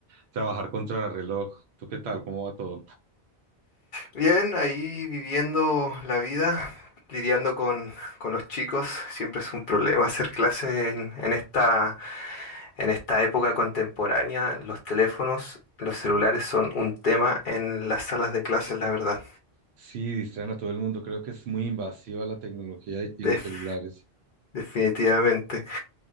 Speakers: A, on the right; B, on the left.
A: trabajar contra el reloj. ¿Tú qué tal? ¿Cómo va todo?
B: Bien, ahí viviendo la vida, lidiando con, con los chicos. Siempre es un problema hacer clases en, en esta, en esta época contemporánea. Los teléfonos, los celulares son un tema en las salas de clases, la verdad.
A: Sí, distraen a todo el mundo. Creo que es muy invasiva la tecnología y y
B: Def-
A: los celulares.
B: definitivamente.